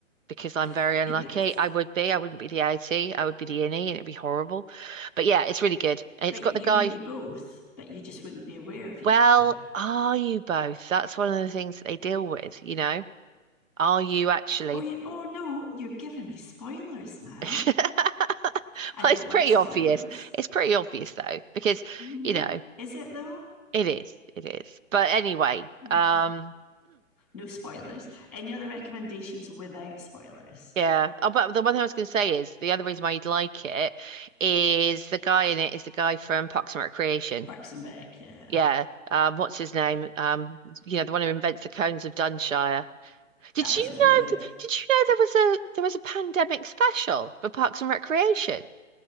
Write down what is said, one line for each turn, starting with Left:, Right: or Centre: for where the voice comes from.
Right: because I'm
Centre: <laughs>
Right: very unlucky.
Centre: yes.
Right: I would be. I wouldn't be the outie. I would be the innie, and it'd be horrible. But yeah, it's really good. And it's
Centre: But
Right: got
Centre: you
Right: the guy.
Centre: would be both, but you just wouldn't be aware of each
Right: Well,
Centre: other.
Right: are you both? That's one of the things that they deal with, you know. Are you actually?
Centre: Oh you oh no, you're giving me spoilers now.
Right: <laughs>
Centre: I
Right: Well,
Centre: don't
Right: it's pretty
Centre: like spoilers.
Right: obvious. It's pretty obvious though, because
Centre: Mm,
Right: you know
Centre: Is it though?
Right: it is. It is. But anyway,
Centre: Mm,
Right: um,
Centre: No spoilers. Any other recommendations without spoilers?
Right: <clears throat> yeah. Oh, but the one thing I was going to say is the other reason why you'd like it is the guy in it is the guy from Parks and Recreation.
Centre: Parks and Rec, yeah,
Right: Yeah. Um, what's his name? Um, you know, the one who invents the cones of Dunshire. Did
Centre: that was
Right: you
Centre: really
Right: know?
Centre: good.
Right: th- Did you know there was a there was a pandemic special for Parks and Recreation?